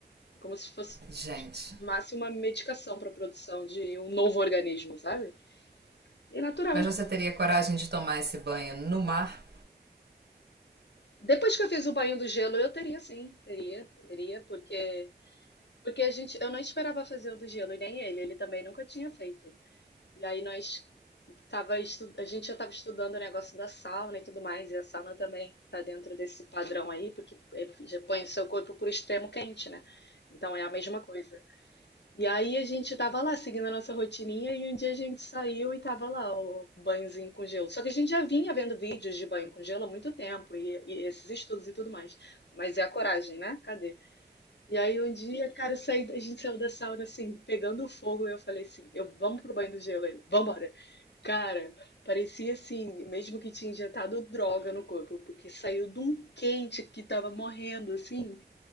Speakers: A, on the left; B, on the right.
A: Como se fosse,
B: Gente,
A: tipo, máximo uma medicação para a produção de um novo organismo, sabe? E é natural.
B: mas você teria coragem de tomar esse banho no mar?
A: Depois que eu fiz o banho do gelo, eu teria sim, teria, teria, porque porque a gente, eu não esperava fazer o do gelo e nem ele, ele também nunca tinha feito. E aí nós tava estu- a gente já estava estudando o negócio da sauna e tudo mais, e a sauna também está dentro desse padrão aí, porque é- já põe o seu corpo por extremo quente, né? Então é a mesma coisa. E aí a gente tava lá seguindo a nossa rotininha e um dia a gente saiu e tava lá o banhozinho com gelo. Só que a gente já vinha vendo vídeos de banho com gelo há muito tempo e, e esses estudos e tudo mais. Mas é a coragem, né? Cadê? E aí um dia, cara, eu saí- a gente saiu da sauna assim, pegando fogo, e eu falei assim, eu vamos pro banho do gelo ali, vambora. Cara, parecia assim, mesmo que tinha injetado droga no corpo, porque saiu de um quente que tava morrendo assim.